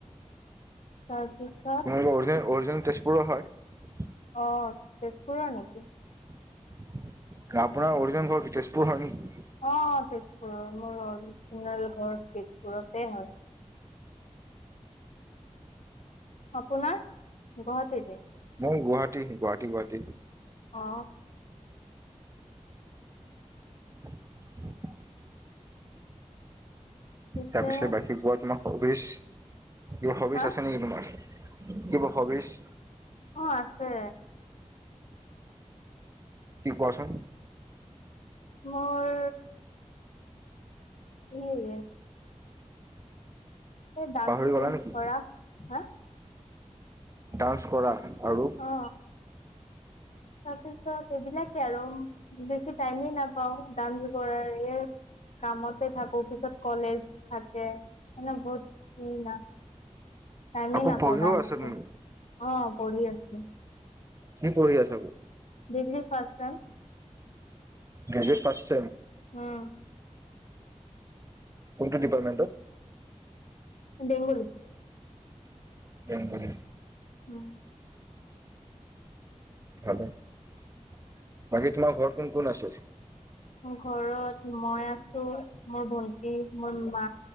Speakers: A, on the left; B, on the right.
A: হয়। দুছাত
B: আপোনালোকৰ অৰিজিনেল অৰিজিনেল তেজপুৰৰ হয়।
A: অ তেজপুৰৰ নেকি?
B: আপোনাৰ অৰিজিনেল ঘৰ কি তেজপুৰ হয় নেকি?
A: অ তেজপুৰৰ। মোৰ অৰিজিনেল ঘৰ তেজপুৰতে হয়। অপোনাৰ গুৱাহাটীতে?
B: মোৰ গুৱাহাটী, গুৱাহাটী। গুৱাহাটী।
A: অ
B: <unintelligible>
A: পিছে
B: তাৰ পিছত বাকী কোৱা তোমাক স ৱিছ কিবা হবিচ
A: হা
B: আছে নেকি তোমাৰ? কিবা হবিচ?
A: অ আছে।
B: কি কোৱাচোন?
A: মোৰ সেই ডান্স
B: পাহৰি গলা
A: ডুন্স
B: নেকি
A: কৰা, হা?
B: ডান্স কৰা আৰু
A: অ তাৰপিছত এইবিলাকে আৰু বেছি টাইমে নাপ পাও ডান্স কৰাৰ এই কামতে থাকো পিছত কলেজ থাকে, মানে বহুত ইমান টাইমেই
B: আকৌ
A: নাপাও
B: পঢ়িও
A: ডান্স
B: আছা তুমি
A: অ পঢ়ি আছো।
B: কি পঢ়ি আছা
A: degree first sem.
B: Graduate first sem
A: উম।
B: কোনটো ডিপাৰ্টমেণ্টত?
A: বেংগলী।
B: বেংগলী
A: উম
B: ভালে, বাকী তোমাৰ ঘৰত কোন কোন আছে?
A: ঘৰত মই মোৰ ভন্টি, মোৰ মা,